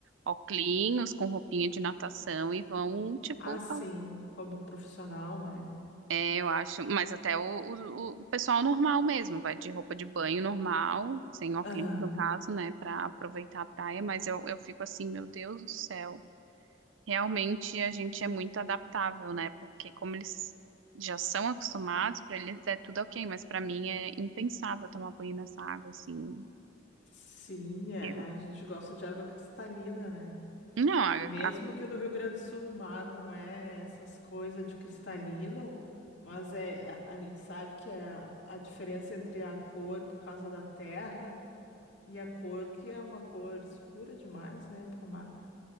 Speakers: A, on the right; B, on the left.
A: oclinhos, com roupinha de natação e vão, tipo,
B: Ah, sim,
A: fa-
B: como profissional, né?
A: é, eu acho. Mas até o, o, o pessoal normal mesmo, vai de roupa de banho normal, sem oclinhos,
B: Aham.
A: no caso, né, pra aproveitar a praia. Mas eu, eu fico assim, meu Deus do céu. Realmente a gente é muito adaptável, né? Porque como eles já são acostumados, para eles é tudo ok, mas para mim é impensável tomar banho nessa água assim.
B: Sim, é,
A: Eu-
B: a gente gosta de água cristalina, né?
A: Não, a,
B: Mesmo
A: a-
B: que no Rio Grande do Sul o mar não é essas coisas de cristalino, mas é, a, a gente sabe que é a, a diferença entre a cor por causa da terra e a cor que é uma cor escura demais, né, para mar,